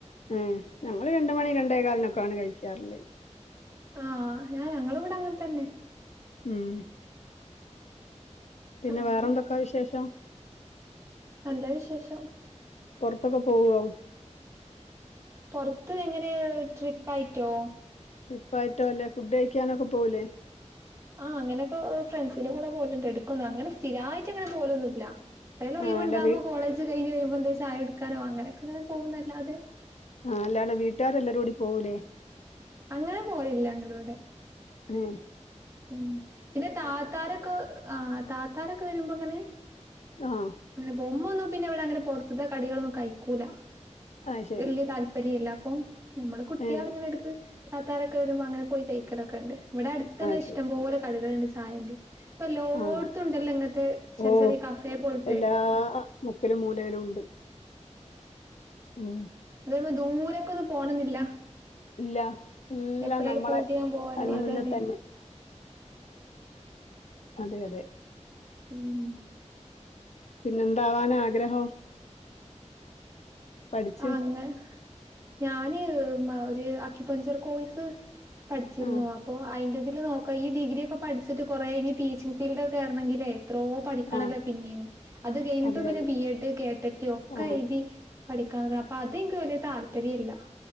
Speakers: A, on the left; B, on the right.
A: ആഹ് ഞങ്ങള് രണ്ട് മണി രണ്ടേകാലിനൊക്കെ ആണ് കഴിക്കാറ്ള്ളേ
B: ആഹ് ഞാൻ ഞങ്ങളും ഇവിട അങ്ങന തന്നെ
A: ഉം പിന്നെ
B: അങ്ങനെ
A: വേറെന്തൊക്ക വിശേഷം
B: നല്ല വിശേഷം
A: പൊറ്ത്തൊക്ക പോവോ
B: പൊറ്ത്ത് എങ്ങനെ ട്രിപ്പായിറ്റോ
A: ട്രിപ്പായിറ്റോ അല്ലേ ഫുഡ് കഴിക്കാനൊക്ക പോവുലേ
B: ആഹ് അങ്ങനെക്ക ഒ ഓ ഫ്രണ്ട്സിന്റെ കൂടെ പോഹല്ണ്ട് എട്ക്കൊന്ന്. അങ്ങനെ സ്ഥിരായിറ്റ് അങ്ങനെ പോവലൊന്നു ഇല്ല <unintelligible> ഒഴിവുണ്ടാവുമ്പോ
A: ആഹ് അല്ല വീ
B: കോളേജ് കഴിഞ്ഞ് വരുമ്പ എന്തേ ചായകൊടുക്കാനോ അങ്ങനെക്കങ്ങനെ പോകുന്നതല്ലാതെ
A: ആഹ് അല്ലാതെ വീട്ടുകാരെല്ലരും കൂടി പോകൂലേ,
B: അങ്ങനെ പോവല്ല ഞങ്ങളവ്ടെ
A: ഉം
B: ഉം. പിന്നെ താത്താരൊക്കെ ആഹ് താത്താരൊക്കെ വരുമ്പോ അങ്ങനെ
A: ആഹ്
B: ഇന്റെ ഉമ്മൊന്നും പിന്നെ ഇവിടെ അങ്ങനെ പുറത്ത്ത്തെ കടികളൊന്നും കഴിക്കൂല.
A: അത് ശരി
B: വല്യ താല്പര്യ ഇല്ല. അപ്പൊ നമ്മടെ കുട്ട്യേളെങ്ങനെ
A: ഏഹ്
B: എടുക്ക് താത്താരൊക്കെ വരുമ്പ അങ്ങനെ പോയി കഴിക്കലൊക്കെണ്ട്. ഇവിടെ അട്ത്തെന്നെ
A: അത്
B: ഇഷ്ടം
A: ശരി
B: പോലെ കടകള്ണ്ട് ചായേന്റെ ഇപ്പ എല്ലോട്ത്തുണ്ടല്ലോ
A: ആഹ്
B: ഇങ്ങൻത്തെ ചെറ്യേ
A: ഓഹ്
B: ചെറ്യേ കഫെ പോലു
A: എല്ലാ മുക്കിലും മൂലയിലുണ്ട് ഉം
B: അതേപോലെ ദൂരേക്കൊന്നും പോണെന്നില്ല.
A: ഇല്ല എല്ലാം
B: എപ്പളേലും
A: നമ്മളെ
B: പൂതിയാകും പോവാനും
A: കൺമുന്നിൽ
B: അതെന്നെ
A: തന്നെ
B: !!!!!
A: അതെയതെ
B: ഉമ്
A: പിന്നെ എന്താവാനാ ആഗ്രഹം. പഠിച്ച്
B: ആഹ് അങ്ങ് ഞാൻ ഒരു അക്വിപ്പഞ്ചർ കോഴസ്. പഠിച്ചിരുന്നു,
A: ആ
B: അപ്പോ അയിന്റെ തില് നോ ഈ ഡിഗ്രിയൊക്കെ പഠിച്ചിട്ടു കുറേയിനി ടീച്ചിംഗ് ഫീൽഡിൽ കേറണെങ്കിലേ എത്രോ പഠിക്കണല്ലോ
A: ആ
B: പിന്നെയും അതുകഴിഞ്ഞിട്ടു
A: അതെ
B: പിന്നെ
A: അതെ
B: ബി. ഏഡ് കേട്ടറ്റിയൊക്കെ
A: ആ
B: എഴുതി. പഠിക്കാനപ്പൊ അതെനിക്കു വലിയ താല്പര്യമില്ല.